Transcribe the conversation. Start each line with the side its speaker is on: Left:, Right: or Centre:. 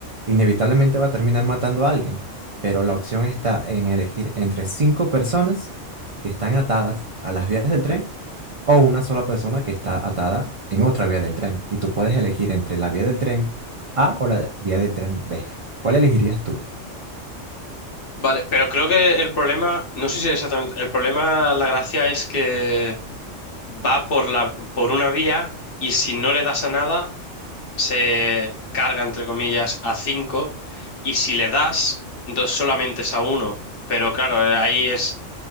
Right: Inevitablemente va a terminar matando a alguien, pero la opción está en elegir entre cinco personas que están atadas a las vías del tren o una sola persona que está atada en otra vía del tren. Y tú puedes elegir entre la vía del tren A o la vía del tren B. ¿Cuál elegirías tú?
Left: Vale, pero creo que el problema, no sé si exactamente, el problema, la gracia es que va por la, por una vía y si no le das a nada se carga, entre comillas, a 5 y si le das, entonces solamente es a uno Pero claro, ahí es